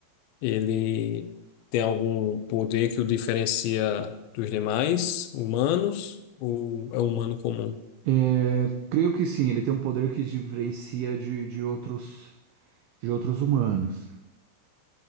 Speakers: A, on the left (about 80°); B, on the right (about 75°).
A: Ele tem algum poder que o diferencia dos demais humanos ou é humano comum?
B: É, creio que sim, ele tem um poder que diferencia de, de outros, de outros humanos.